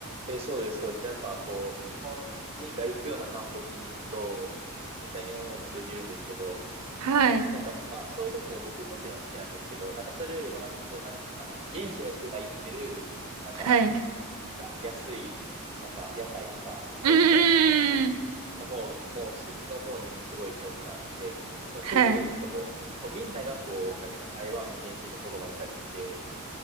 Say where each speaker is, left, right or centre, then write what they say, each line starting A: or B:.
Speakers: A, on the right; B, on the right.
A: え、そうです、そうです。やっぱこう、日本人が行くような観光地に行くと、絶対日本語も通じるんですけど、
B: はい。
A: なんかまあ、そういうとこも僕もちろん好きなんですけど、なんかそれよりもなんかこう、なんていうんですか、現地の人が行ってる、なんか
B: はい。
A: なんか安い、なんか屋台とかレストランみたいな、
B: うーん。
A: なんていうの、の方、もうす、の方にもすごい興味があって、でもそういうとこ行くと、
B: はい。
A: こうみんながこう、なんていうか台湾の現地の言葉で喋ってて、